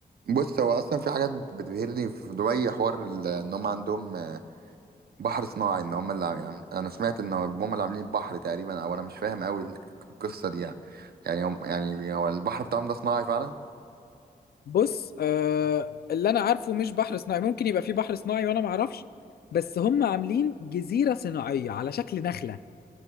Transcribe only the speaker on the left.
بص آه اللي انا عارفه مش بحر صناعي ممكن يبقى في بحر صناعي وانا ما اعرفش بس هم عاملين جزيره صناعيه على شكل نخله